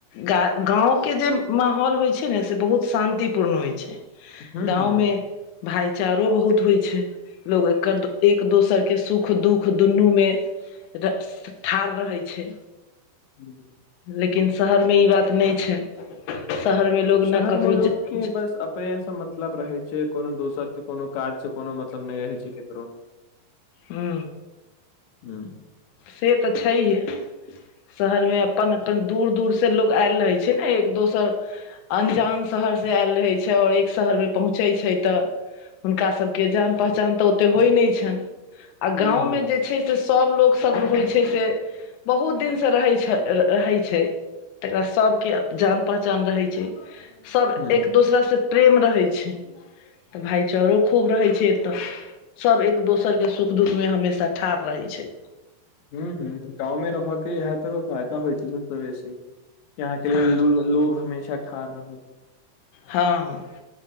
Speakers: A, on the left; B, on the left.
A: ग गाँव के जे माहौल होइ छै ने से बहुत शान्ति पूर्ण होइ छै
B: ह
A: गाँव मे भाइचारो बहुत होइत छै। लोक एकर एक दोसरके सुख दुःख दुनूमे र ठाढ़ रहै छै।
B: <unintelligible>
A: लेकिन शहर मे ई बात नहि छै शहर मे लोग
B: शहर
A: ने ककरो
B: मे लोक
A: ज
B: के
A: ज
B: बस अपनेस मतलब रहे छै कोनो दोसर के कोनो काज के कोनो मतलब नहि रहे छै केकरो।
A: हु
B: ह
A: से तऽ छैहे। शहरमे अपन अपन दूर दूरसे लोक आयल रहै छै ने एक दोसर अन्जान शहरसे आयल रहै छै और एक शहरमे पहुँचै छै तऽ हुनका सभके जान पहचान तऽ ओते होइ नहि छनि। आ
B: ह
A: गाँवमे
B: ह
A: जे छै से सभ लोकसभ होइ छै से बहुत दिन से रहै छै र रहै छै। तकरा सबके जान पहचान रहय छैय, सब
B: ह
A: एक दोसरा से प्रेम रहै छैय त भाईचारो खूब रहय छैय एतऽ सब एक दोसर के सुख दुःखमे हमेशा ठाढ़ रहय छैय।
B: हु -हु गाँवमे रहऽ के इएह त फायदा होइ छैय सबसे बेसी। अहाँके ल लेल
A: हँ
B: लोग हमेशा ठाढ़ रहत।
A: हँ